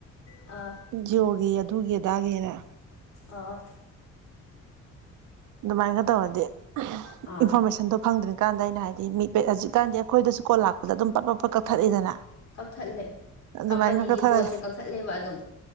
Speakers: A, on the left (about 60°); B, on the right (about 80°).
A: ꯑꯥ
B: ꯖꯤꯌꯣꯒꯤ ꯑꯗꯨꯒꯤ ꯑꯗꯥꯒꯤꯅ
A: ꯑꫭ
B: ꯑꯗꯨꯃꯥꯏꯅ ꯇꯧꯔꯗꯤ
A: ꯑꯥ
B: ꯏꯟꯐꯣꯔꯃꯦꯁꯟꯗꯣ ꯐꯪꯗ꯭ꯔꯤ ꯀꯥꯟꯗ ꯑꯩꯅ ꯍꯥꯏꯗꯤ ꯃꯤꯠ ꯍꯧꯀꯥꯟꯗꯤ ꯑꯩꯈꯣꯏꯗꯁꯨ ꯀꯣꯜ ꯂꯥꯛꯄꯗ ꯑꯗꯨꯝ ꯄꯠ ꯄꯞ ꯄꯠ ꯀꯛꯊꯠꯂꯤꯗꯅ
A: ꯀꯛꯊꯠꯂꯦ
B: ꯑꯗꯨꯃꯥꯏꯅꯒ
A: ꯀꯝꯄꯅꯤꯒꯤ
B: ꯀꯊꯔ
A: ꯄꯣꯠꯁꯦ ꯀꯛꯊꯠꯂꯦꯕ ꯑꯗꯨꯝ